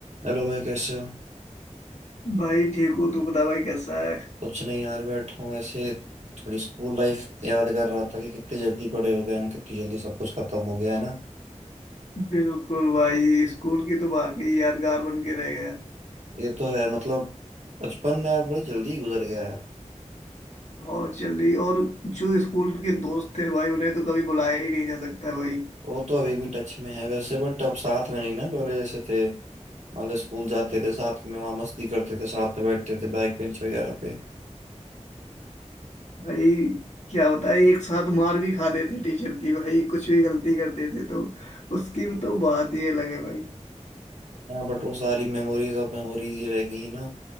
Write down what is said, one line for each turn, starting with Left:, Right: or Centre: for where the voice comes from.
Right: हेलो भाई कैसे हो
Left: भाई ठीक हूँ तू बता भाई कैसा है
Right: कुछ नहीं यार बैठा हूँ ऐसे थोड़ी स्कूल लाइफ याद कर रहा था कि कितनी जल्दी बड़े हो गए हम कितनी जल्दी सब कुछ खत्म हो गया है ना
Left: बिल्कुल भाई स्कूल की तो वाकई यादगार बन के रह गया
Right: ये तो है मतलब बचपन में यार बड़ी जल्दी ही गुजर गया यार
Left: और चल रही और जो स्कूल के दोस्त थे भाई उन्हें तो कभी बुलाया ही नहीं जा सकता है भाई
Right: वो तो अभी भी टच में है वैसे बट अब साथ में नहीं ना पहले जैसे थे मान लो स्कूल जाते थे साथ में वहाँ मस्ती करते थे साथ में बैठते थे बैक बेंच वगैरह पे
Left: भाई क्या होता है एक साथ मार भी खाते थे टीचर की भाई कुछ भी गलती करते थे तो उसकी तो बात ही अलग है भाई
Right: हाँ बट वो सारी मेमोरीज अब मेमोरीज ही रह गई है ना